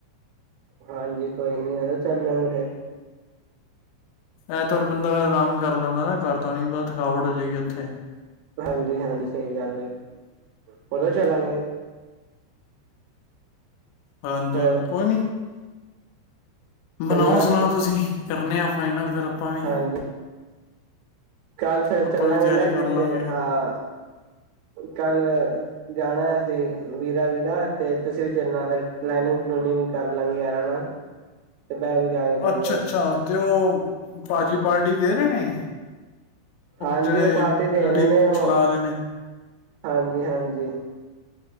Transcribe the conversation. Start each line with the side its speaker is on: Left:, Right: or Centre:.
Right: ਹਾਂਜੀ ਕੋਈ ਨੀ ਔਦੋਂ ਚੱਲ ਜਾਗੇਂ ਫੇਰ
Left: ਐਤਵਾਰ ਬੰਦਾ ਆਰਾਮ ਕਰ ਲੈਂਦਾ ਨਾ ਘਰ ਤੋਂ ਨੀ ਪਤਾ ਥਕਾਵਟ ਹੋ ਜਾਏਗੀ ਉੱਥੇ
Right: ਹਾਂਜੀ ਹਾਂਜੀ ਸਹੀ ਗੱਲ ਐ ਉਦੋਂ ਚਲਾਂਗੇ।
Left: ਹਾਂਜੀ
Right: ਹੋਰ
Left: ਹਾਂਜੀ ਕੋਈ ਨੀਂ। ਬਣਾਓ
Right: ਚੱਲਣਾ
Left: ਸਲਾਹ ਤੁਸੀਂ ਕਰਨੇ ਆ। ਫਾਈਨਲ ਫਿਰ ਆਪਾਂ ਵੀ
Right: ਹਾਂਜੀ। ਕੱਲ ਫੇਰ
Left: ਆਪਾਂ
Right: ਚੱਲਾਂਗੇ
Left: ਵੀ ਤਿਆਰੀ
Right: ਨਾ ਕਿਤੇ
Left: ਕਰ ਲਾਂਗੇ ਫਿਰ
Right: ਹਾਂ ਕੱਲ ਜਾਣਾ ਅਸੀਂ ਵੀਰਾ ਵੀਰਾ ਤੇ ਤੁਸੀਂ ਵੀ ਚੱਲਣਾ ਫਿਰ ਪਲੈਨਿੰਗ ਪਲੂਨਿੰਗ ਵੀ ਕਰ ਲਾਂਗੇ ਯਾਂਰਾਂ ਨਾਲ ਤੇ ਬਹਿ ਵੀ ਜਾਗੇ ਥੋੜ੍ਹੀ
Left: ਅੱਛਾ
Right: ਦੇਰ
Left: ਅੱਛਾ ਤੇ ਉਹ ਭਾਜੀ ਪਾਰਟੀ ਦੇ ਰੇ ਨੇ।
Right: ਹਾਂਜੀ,
Left: ਜਿਹੜੇ
Right: ਉਹ ਪਾਰਟੀ ਦੇ
Left: ਬਿਊਟੀਕ
Right: ਰਹੇ ਨੇ ਉਹ
Left: ਚਲਾ ਰਹੇ ਨੇ
Right: ਹਾਂਜੀ ਹਾਂਜੀ।